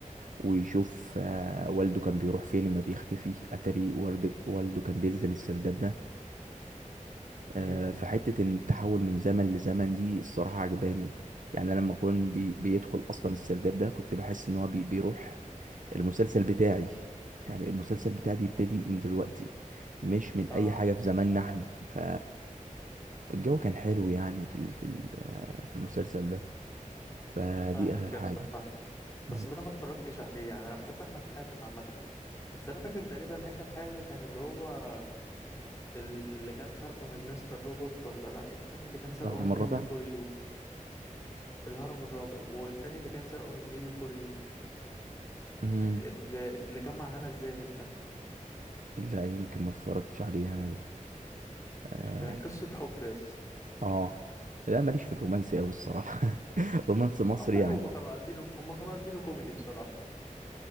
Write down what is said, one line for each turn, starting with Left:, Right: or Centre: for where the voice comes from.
Right: ويشوف آه، والده كان بيروح فين لما بيختفي اتاري ورد- والده كان بينزل السرداب ده آه،
Left: امم
Right: فحتة ان التحول من زمن لزمن دي الصراحة عجباني يعني انا لما كان بي بيدخل اصلا السرداب ده كنت بحس ان هو بي بيروح المسلسل بتاعي يعني المسلسل بتاعي بيبتدي من دلوقتي مش من
Left: اه
Right: اي حاجة في زماننا احنا ف والجو كان حلو يعني في ال- في ال- آه، في المسلسل ده فدي
Left: فاهمك
Right: اخر
Left: يا
Right: حاجة
Left: اسطى فاهم
Right: مم.
Left: بس ده انا ما اتفرجتش عليه يعني انا بحب احمد حاتم عامه بس انا فاكر تقريبا اخر حاجه كان اللي هو اللي كان سرقه من مستر روبوت ولا لا التاني اللي كان سرقه
Right: الكهرباء
Left: من ميبي
Right: الرابع
Left: فور يو الهرم الرابع والتاني اللي كان سرقه من ميبي فور يو
Right: مم.
Left: اللي, اللي كان مع هنا الزاهد ده
Right: لا يمكن ما اتفرجتش عليه انا ده اه
Left: مش فاكر قصه حب يا اسطى
Right: آه. لا ماليش في الرومانسي قوي الصراحه <laughs> رومانس مصري
Left: والله
Right: يعني
Left: هما كانوا قلبينه هما كانوا قلبينه كوميدي بصراحه